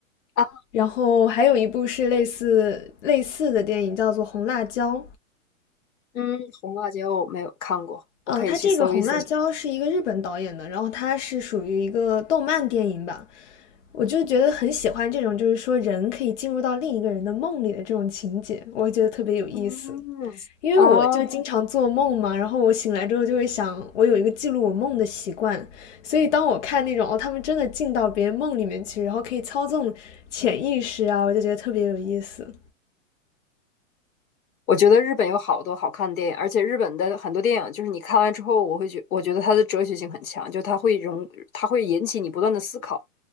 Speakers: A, on the left; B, on the left.
A: 啊，
B: 然后还有一部是类似类似的电影叫做《红辣椒》，
A: 嗯，《红辣椒》我没有看过，我可以去搜一搜。
B: 哦，它这个《红辣椒》是一个日本导演的，然后它是属于一个动漫电影吧。我就觉得很喜欢这种，就是说人可以进入到另一个人的梦里的这种情节，我会觉得特别有意思。
A: 嗯啊，
B: 因为我就经常做梦嘛，然后我醒来之后就会想，我有一个记录我梦的习惯，所以当我看那种哦，他们真的进到别人梦里面去，然后可以操纵潜意识啊，我就觉得特别有意思。
A: 我觉得日本有好多好看的电影，而且日本的很多电影，就是你看完之后，我会觉，我觉得它的哲学性很强，就它会容，它会引起你不断的思考。